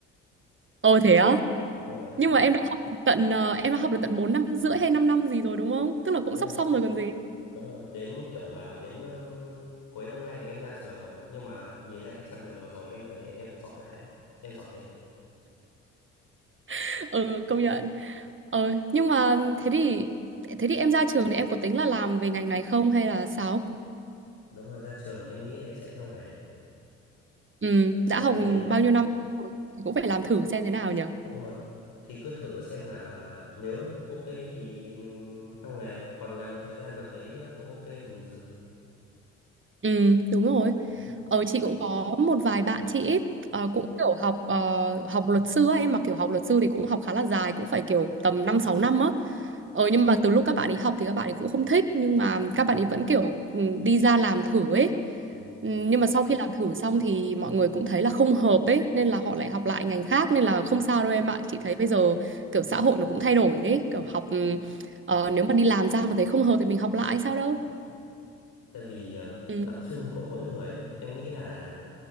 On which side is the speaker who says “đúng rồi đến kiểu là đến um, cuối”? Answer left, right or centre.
Left